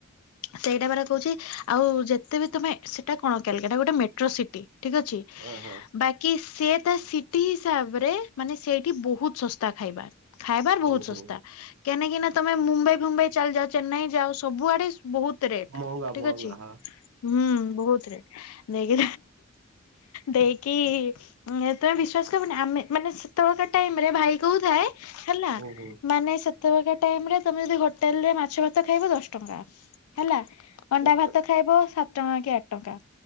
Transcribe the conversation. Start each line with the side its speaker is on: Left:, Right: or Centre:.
Left: ସେଇଟା ପାରା କହୁଛି ଆଉ ଯେ ତେବି ତମେ ସେଟା କଣ କଲଗଟା ଗୋଟେ ମେଟ୍ରୋ ସିଟି, ଠିକ ଅଛି
Right: ଅ ହ
Left: ବାକି ସେ ତା ସିଟି ହିସାବରେ ମାନେ ସେଇଠି ବହୁତ ଶସ୍ତା ଖାଇବାର। ଖାଇବାର
Right: ହୁଁ
Left: ବହୁତ
Right: ହୁଁ
Left: ଶସ୍ତା କେନାକିନା ତମେ ମୁମ୍ବାଇ ମୁମ୍ବାଇ ଚାଲିଯାଉ ଚେନ୍ନାଇ ଯାଉ ସବୁଆଡେ। ବହୁତ ରେଟ
Right: ମହଙ୍ଗା
Left: ଠିକ
Right: ମହଙ୍ଗା
Left: ଅଛି
Right: ହଁ
Left: ହୁଁ ବହୁତ ରେଟ ନେଇକି। ଦେଇକି ତୁମେ ବିଶ୍ଵାସ କରିବନି ଆମେ ମାନେ ସେତେବେକା ଟାଇମ ରେ ଭାଇ କୋଉ ଥାଏ ହେଲା
Right: ହୁଁ
Left: ମାନେ ସେତେବେଳେ ଟାଇମ ରେ ତମେ ଯଦି ହୋଟେଲରେ ମାଛ ଭାତ ଖାଇବ ଦଶ ଟଙ୍କା ହେଲା ଅଣ୍ଡା
Right: ହୁଁ
Left: ଭାତ ଖାଇବ ସାତ ଟଙ୍କା କି ଆଠ ଟଙ୍କା